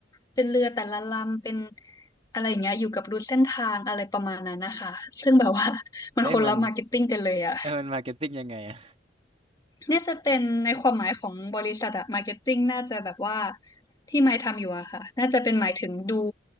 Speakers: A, on the left; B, on the right.
A: เป็นเรือแต่ละลำ เป็นอะไรอย่างเงี้ยอยู่กับรูทเส้นทางอะไรประมาณนั้นนะคะ ซึ่งแบบว่า <laughs> มันคนละมาร์เก็ตติ้งกันเลยอะ
B: เอ๊ะมันเอ้ยมันมาร์เก็ตติ้งยังไงอะ
A: น่าจะเป็นในความหมายของบริษัทอะมาร์เก็ตติ้งน่าจะแบบว่าที่ไมค์ทำอยู่อะค่ะน่าจะเป็นหมายถึงดู